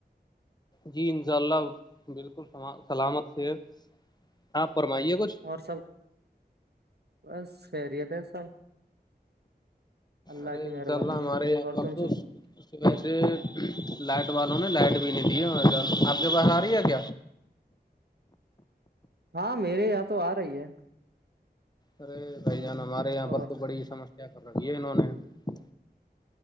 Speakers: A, on the left (about 25°); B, on the right (about 70°).
A: جی ان شاء اللہ بالکل سلامت سے آپ فرمائیے کچھ
B: اور سب بس خیریت ہے سب اللہ
A: ارے
B: کی
A: انشاء
B: مہربانی
A: اللہ ہمارے
B: ہے
A: یہاں
B: اور
A: کل
B: تم
A: توس
B: سب
A: ویسے لائٹ والوں نے لائٹ بھی نہیں دی ہے بھائی جان آپ کے پاس آ رہی ہے کیا
B: ہاں میرے یہاں تو آ رہی ہے
A: ارے بھائی
B: ہاں
A: جان ہمارے یہاں پر
B: اور
A: تو بڑی سمس کیا کر رکھی ہے انہوں نے